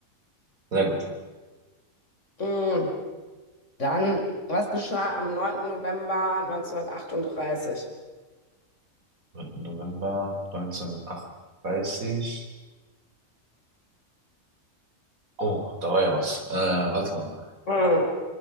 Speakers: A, on the right; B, on the left.
A: Sehr gut.
B: Mm. Dann, was geschah am neunten November neunzehnhundertachtunddreißig
A: 3. November neunzehnhundertachtunddreißig. Oh, da war ja was. Äh, warte mal.
B: Hm.